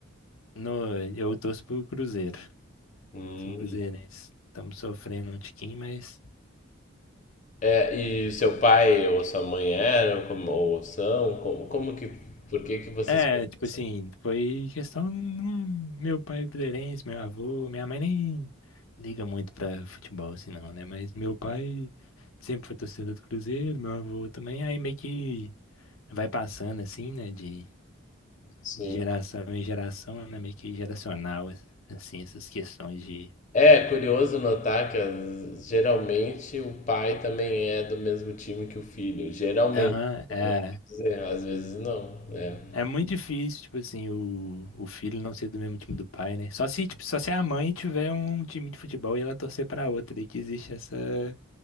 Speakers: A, on the left (about 80°); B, on the left (about 35°).
A: No, eu torço pro Cruzeiro.
B: Hum.
A: Sou cruzeirense. Estamos sofrendo um tiquinho, mas.
B: É, e seu pai ou sua mãe eram como, ou são? Como, como que, por que que vocês
A: É,
B: conhecem
A: tipo assim, foi questão. hum, Meu pai é cruzeirense, meu avô, minha mãe nem liga muito pra futebol, assim não, né? Mas meu pai sempre foi torcedor do Cruzeiro, meu avô também, aí meio que vai passando, assim, né? De,
B: assim?
A: de geração em geração, né? Meio que geracional, assim, essas questões de.
B: É curioso notar que as- geralmente o pai também é do mesmo time que o filho. Geralmente,
A: Aham, é.
B: quer dizer, às vezes não, né?
A: É muito difícil, tipo assim, o, o filho não ser do mesmo time do pai, né? Só se, tipo, só se a mãe tiver um time de futebol e ela torcer pra outra, daí que existe essa